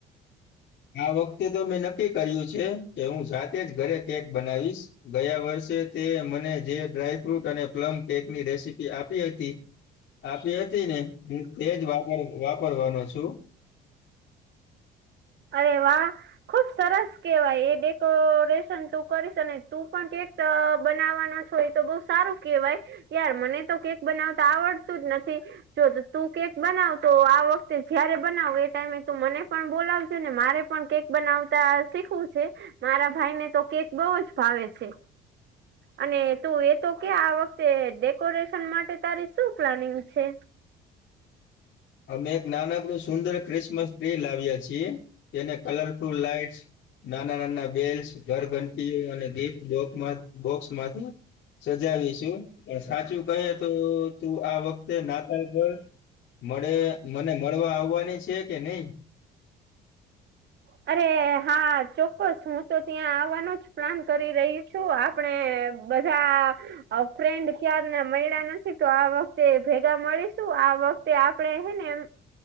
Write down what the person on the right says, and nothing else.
અરે વાહ! ખુબ સરસ કેવાય એ ડેકોરેશન તું કરીશ અને તું પણ કેક ત બનાવાનો છો ઈતો બહુ સારું કેહેવાય. યાર મને તો કેક બનાવતા આવડતું જ નથી. જો તો તું કેક બનાવ તો આ વખતે જયારે બનાવ એ ટાઈમે તો મને પણ બોલાવ જેને મારે પણ કેક બનાવતા શીખવું છે. મારા ભાઈને તો કેક બઉ જ ભાવે છે. અને તું એ તો કે આ વખતે ડેકોરેશન માટે તારી શું પ્લાનિંગ છે?
અરે હા ચોક્કસ હું તો ત્યાં આવવાનો જ પ્લાન કરી રહી છું આપણે બધાં અ ફ્રેન્ડ ક્યારના મળ્યા નથી તો આ વખતે ભેગા મળીશું આ વખ તે આપણેે હે ને એમ